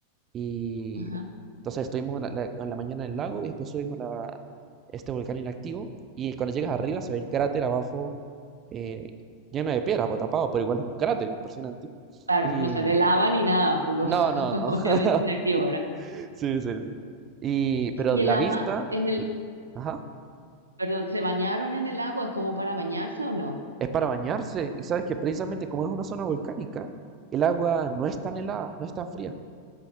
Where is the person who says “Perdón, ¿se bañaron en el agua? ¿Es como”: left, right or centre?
Right